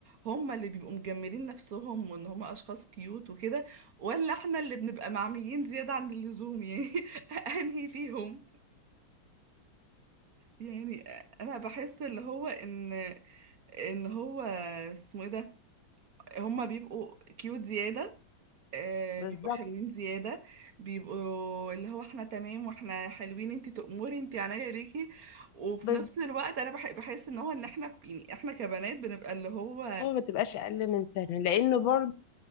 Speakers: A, on the right; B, on the left.
A: هم اللي بيبقوا مجملين نفسهم وان هم اشخاص كيوت وكده ولا احنا اللي بنبقى معميين زياده عن اللزوم يعني <laughs> انهي فيهم يعني انا بحس اللي هو ان ان هو اسمه ايه ده هما بيبقوا كيوت زياده آه
B: بالظبط
A: بيبقوا حلوين زيادة بيبقوا اللي هو احنا تمام واحنا حلوين انتي تأمري انتي عينيا ليكي وفي
B: بس
A: نفس الوقت انا بح- بحس ان هو ان احنا في يعني احنا كبنات بنبقى اللي هو
B: هو ما تبقاش اقل من سنه لانه برضه